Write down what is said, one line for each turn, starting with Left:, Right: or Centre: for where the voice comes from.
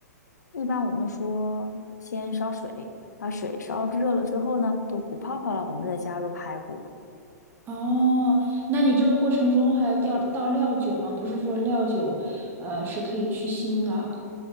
Left: 一般我们说先烧水，把水烧热了之后呢，都鼓泡泡了，我们再加入排骨。
Right: 哦，那你这个过程中还要调倒料酒吗？不是说料酒，呃，是可以去腥的啊。